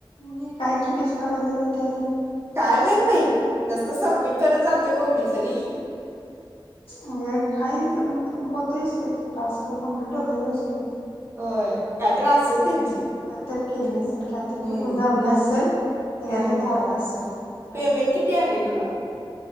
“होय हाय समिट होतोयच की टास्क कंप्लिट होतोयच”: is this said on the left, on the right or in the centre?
Left